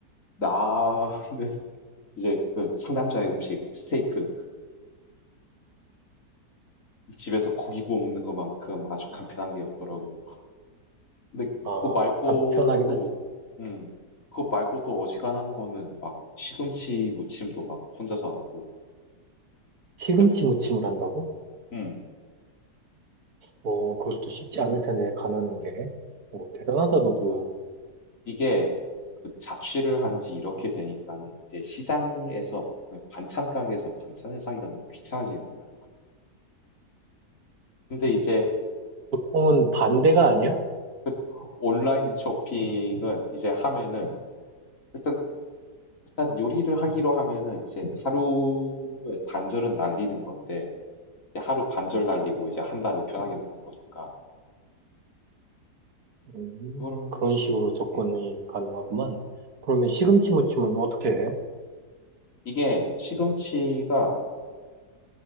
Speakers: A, on the left; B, on the right.
A: 나는 <laughs> 이제 그 상남자의 음식, 스테이크, 집에서 고기 구워 먹는 것만큼 아주 간편한 게 없더라고. 근데
B: 아,
A: 그거 말고도,
B: 간편하긴 하지.
A: 음, 그거 말고도 어지간한 거는 막 시금치 무침도 막 혼자서 하고,
B: 시금치
A: 이제,
B: 무침을 한다고?
A: 음,
B: 어, 그것도 쉽지
A: 음.
B: 않을 텐데, 가나는 게. 어, 대단하다, 너도.
A: 어, 이게 그 자취를 한지 이렇게 되니까는 이제 시장에서 네, 반찬 가게에서 반찬을 사기가 너무 귀찮아지는 거야. 근데 이제
B: 어, 반대가
A: 음.
B: 아니야?
A: 그 온라인 쇼핑은 이제 하면은 일단 일단 요리를 하기로 하면은 이제 하루에 반절은 날리는 건데 이제 하루 반절 날리고 이제 한 달을 편하게 먹는 거니까.
B: 음,
A: 그거랑
B: 그런 식으로 접근이
A: 음,
B: 가능하구만. 그러면 시금치
A: 음.
B: 무침은 어떻게 해?
A: 이게 시금치가